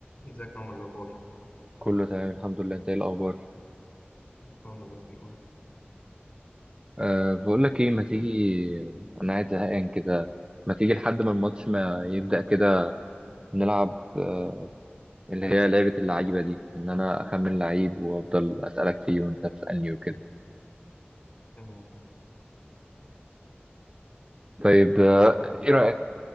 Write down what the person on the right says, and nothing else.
كله تمام الحمد لله انت ايه الاخبار
أه بقول لك ايه ما تيجي انا قاعد زهقان كده ما تيجي لحد ما الماتش ما يبدأ كده نلعب أه اللي هي لعبة اللعيبة دي ان انا اخمن لعيب وافضل اسألك فيه وانت تسألني وكده
طيب أه
ايه رأيك